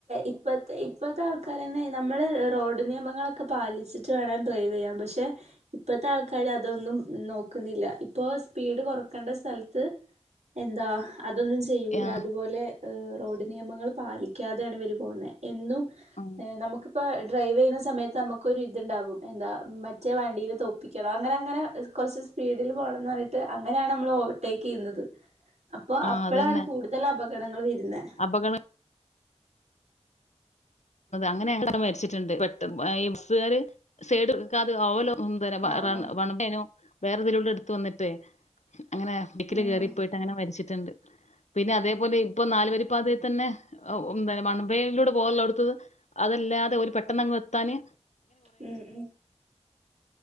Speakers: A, on the right (about 70°); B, on the left (about 75°).
A: ഇപ്പത്തെ ഇപ്പത്തെ ആഹ് ആൾക്കാര്തന്നെ നമ്മള് റോഡ് നിയമങ്ങളൊക്കെ പാലിച്ചിട്ട് വേണം ഡ്രൈവ് ചെയ്യാാം പക്ഷെ ഇപ്പഴത്തെ ആൾക്കാര് അതൊന്നും നോക്കുന്നില്ല ഇപ്പൊ സ്പീഡ് കൊറക്കേണ്ട സ്ഥലത്ത് എന്താ അതൊന്നും ചെയ്യൂല
B: ആഹ്
A: അതുപോലെ ഏഹ് റോഡ് നിയമങ്ങൾ പാലിക്കാതെയാണ് ഇവര് പോവുന്നെ എന്നും
B: ആഹ്
A: ഏഹ് നമുക്ക് ഇപ്പൊ ഡ്രൈവ് ചെയ്യുന്ന സമയത്ത് നമ്മക്കൊരു ഇതുണ്ടാവും എന്താ മറ്റേ വണ്ടിയെ തോപ്പിക്കണം അങ്ങനെ അങ്ങനെ കുറച്ച് സ്പീഡിൽ പോകണന്ന് പറഞ്ഞിട്ട് അങ്ങനെയാണ് നമ്മൾ ഓവർടേക്ക് ചെയ്യുന്നത് അപ്പൊ
B: ആഹ്
A: അപ്പോഴാണ്
B: അതന്നെ
A: കൂടുതൽ അപക ഇടങ്ങളിൽ പിന്നെ
B: അപകടം അങ്ങനെടെ മരിച്ചിട്ടുണ്ട് പെട്ടന്ന് വയസുകാര് സൈഡ് ഒതുക്കാതെ ഓവർലോ എന്തര്
A: ആഹ്
B: റൺ
A: ആഹ്
B: വൺവേ അയിനോ വേറെതിലൂടെ എടുത്ത് വന്നിട്ടേ അങ്ങനെ ടിക്കില്ല്
A: ഉം
B: കയറിപ്പോയിട്ട് അങ്ങനെ മരിച്ചിട്ടുണ്ട് പിന്നെ അതേപോലെ ഇപ്പൊ നാലുവരി പാതയിൽ തന്നെ വൺവേയിലൂടെ തന്നെ പോവാൻ ഉള്ളടത് അതല്ലാതെ ഒരു പെട്ടെന്ന് അങ്ങ് ത്താന്
A: ഉം ഉം